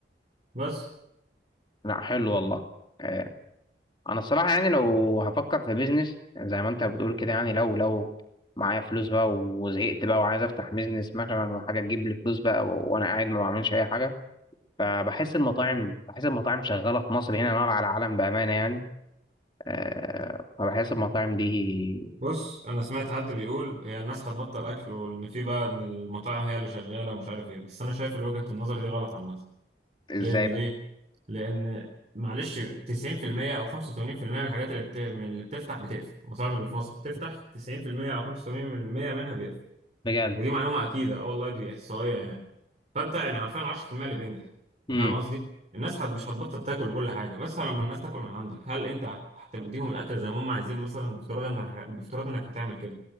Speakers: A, on the right (about 40°); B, on the left (about 25°).
A: بس
B: لا حلو والله آه، انا الصراحه يعني لو هفكر في بيزنس زي ما انت بتقول كده يعني لو لو معايا فلوس بقى وزهقت بقى وعايز افتح بيزنس مثلا ولا حاجه تجيب لي فلوس بقى و- وانا قاعد ما بعملش اي حاجه فبحس المطاعم بحس المطاعم شغاله في مصر هنا نار على العالم بامانه يعني أه فبحس المطاعم دي
A: بص انا سمعت حد بيقول هي الناس هتبطل اكل وان في بقى ان المطاعم هي اللي شغالة ومش عارف ايه بس انا شايف وجهة النظر دي غلط عامة
B: ازاي
A: لان ليه
B: بقى
A: لان معلش 90% او 85% من الحاجات اللي بت... من اللي بتفتح بتقفل المطاعم اللي في مصر بتفتح 90% او 85% منها بيقفل
B: بجد
A: ودي معلومة اكيدة اه والله دي احصائية يعني فانت يعني حرفيا 10% اللي بينجح
B: امم
A: انت فاهم قصدي الناس هت- مش هتبطل تاكل وكل حاجه بس لما الناس تاكل من عندك هل انت هت- هتديهم الاكل زي ما هم عايزين مثلا بافتراض انك بافتراض انك هتعمل كده